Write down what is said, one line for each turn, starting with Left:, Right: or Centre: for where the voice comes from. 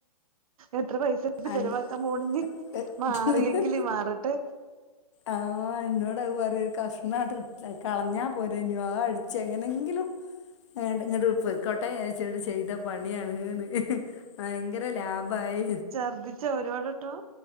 Right: എത്ര പൈസായിട്ട്
Left: അങ്ങ്
Right: ചെലവാക്കാൻ പോണിനി മാറിയെങ്കില് മാറട്ടെ
Left: ആഹ് എന്നോട് പറയ ഒരു കഷ്ണട്ട് കളഞ്ഞാ പോരെ ആനെ അത് അടിച്ച എങ്ങനെങ്കിലും ഇങ്ങോട്ട പൊയ്കോട്ടെന്ന് വിചാരിച്ച് ചെയ്ത പണിയാണ് ന്ന് ഭയങ്കര ലാഭായി
Right: ശർദി ച്ചൊ ഒരു വാട് വട്ടം